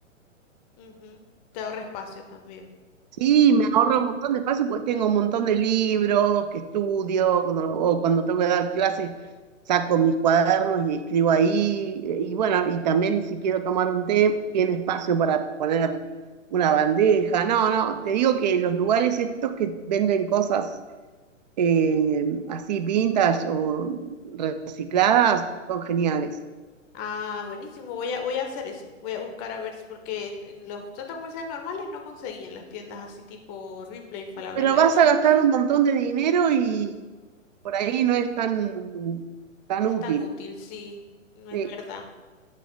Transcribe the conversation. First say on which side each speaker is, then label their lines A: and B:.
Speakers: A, on the left (about 20°); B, on the right (about 35°).
A: Ujú, Te ahorra espacio también.
B: Sí, me ahorra un montón de espacio porque tengo un montón de libros que estudio, cuando- o cuando tengo que dar clases, saco mis cuadernos y escribo ahí. Eh, Y bueno, y también si quiero tomar un té, tiene espacio para poner una bandeja. No, no, te digo que los lugares estos que venden cosas eh, así vintage o recicladas son geniales.
A: Ah, buenísimo. Voy a, voy a hacer eso. Voy a buscar a ver, si- porque en, en los centros comerciales normales no conseguían las tiendas así tipo Ripley, Falabella,
B: pero vas
A: esas
B: a
A: cosas.
B: gastar un montón de dinero y por ahí no es tan, tan
A: No
B: útil.
A: es tan útil, sí, no es
B: Sí.
A: verdad.